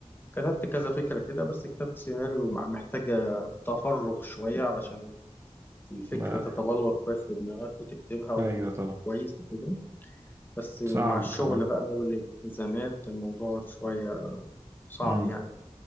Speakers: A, on the left; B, on the right.
A: كتبت كذا فكرة كده بس كتابة السيناريو مع- محتاجة تفرغ شوية علشان الفكرة
B: لا
A: تتبلور
B: ح-
A: كويس في دماغك وتكتبها وكويس
B: أيوة طبعا
A: وكده بس مع
B: صعب
A: الشغل
B: كمان
A: بقى والالتزامات الموضوع شوية صعب
B: امم
A: يعني